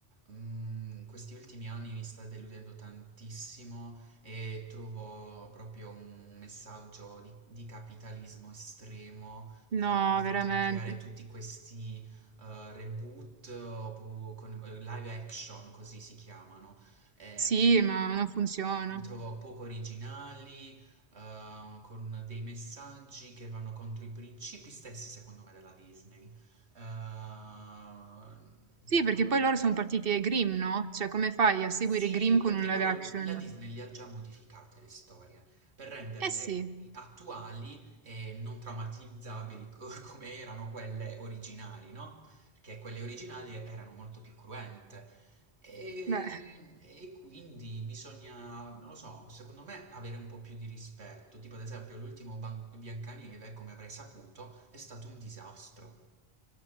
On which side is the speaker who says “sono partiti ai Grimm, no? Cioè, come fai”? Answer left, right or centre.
Right